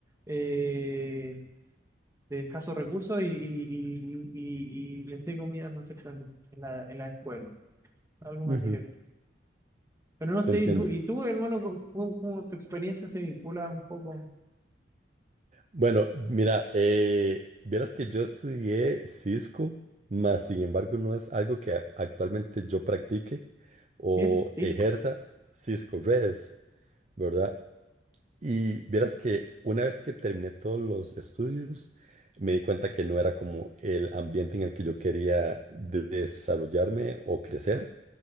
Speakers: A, on the right; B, on the right.
A: eh, de escasos recursos y, y- y- y- y les dé comida, no sé, tan- en la, en la escuela, algo
B: ujú,
A: más directo. Pero no sé,
B: te entiendo.
A: ¿y tú, y tú hermano, cómo, cómo- cómo tu experiencia se vincula un poco?
B: Bueno, mira, eh, vieras que yo estudié Cisco, mas sin embargo no es algo que a- actualmente yo practique o
A: ¿Qué es Cisco?
B: ejerza Cisco Redes, ¿verdad? Y vieras que una vez que terminé todos los estudios, me di cuenta que no era como el ambiente en el que yo quería de- desarrollarme o crecer.